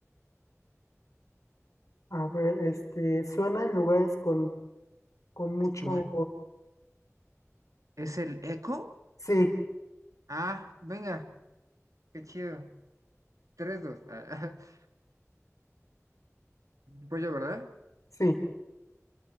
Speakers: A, on the left; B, on the right.
A: a ver, este, suena en lugares con, con mucho...
B: Bueno, ¿Es el eco?
A: Sí,
B: Ah, venga, qué chido. Tres, dos. <laughs> Pues yo, ¿verdad?
A: sí.